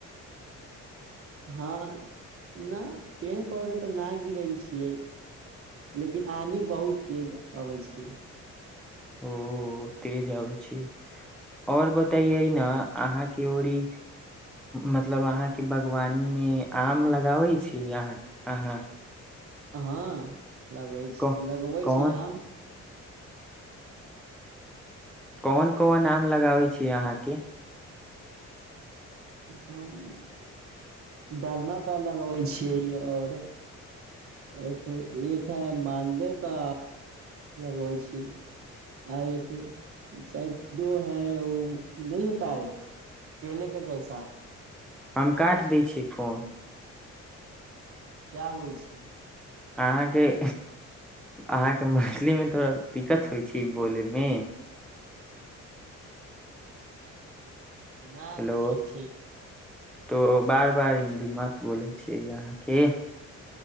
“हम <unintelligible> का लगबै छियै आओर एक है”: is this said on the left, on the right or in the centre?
Right